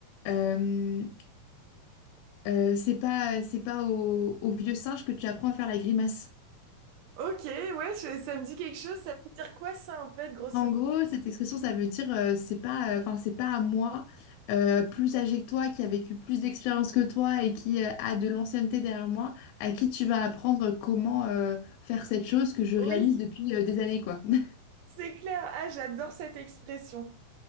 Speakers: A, on the left; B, on the right.
A: euh, euh, c'est pas, c'est pas au, au vieux singe que tu apprends à faire la grimace.
B: Ok, ouais, je- ça me dit quelque chose. Ça veut dire quoi ça en fait, grosso
A: En
B: modo?
A: gros, cette expression, ça veut dire euh, c'est pas, euh, enfin c'est pas à moi euh, plus âgé que toi, qui a vécu plus d'expérience que toi et qui euh, a de l'ancienneté derrière moi, à qui tu vas apprendre comment euh, faire cette chose que je réalise
B: Oui,
A: depuis euh, des années, quoi. <laughs>
B: c'est clair. Ah, j'adore cette expression.